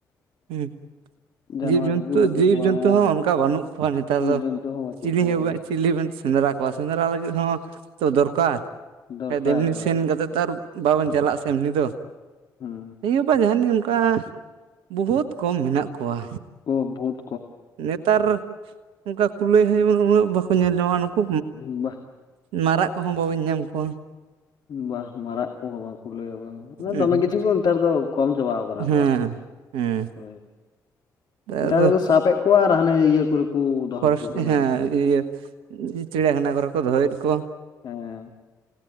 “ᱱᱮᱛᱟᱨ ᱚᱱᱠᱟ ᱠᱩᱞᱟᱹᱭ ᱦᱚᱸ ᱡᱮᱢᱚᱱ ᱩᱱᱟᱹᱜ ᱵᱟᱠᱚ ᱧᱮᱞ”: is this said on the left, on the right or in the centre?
Right